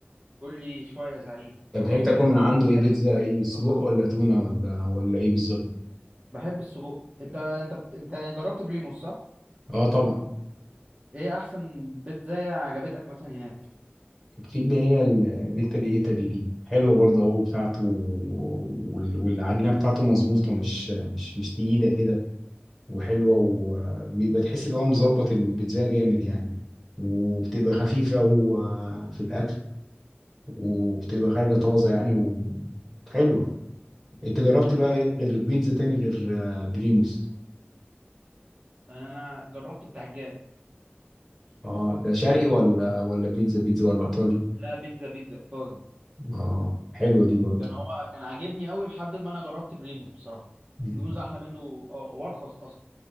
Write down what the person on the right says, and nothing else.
كل شويه زعيم كل
شويه
نجيلك
الزعيم
بترصصني
بحب السجق انت انت انت جربت بريموس صح
ايه احسن بيتزا عجبتك مثلا هناك
طب انت
انا انا جربت بتاع الجاد
لا بيتزا بيتزا ايطالي
كان هو كان عاجبني قوي لحد ما انا جربت بريموس بصراحه
بريموس احلى منه اه وارخص اصلا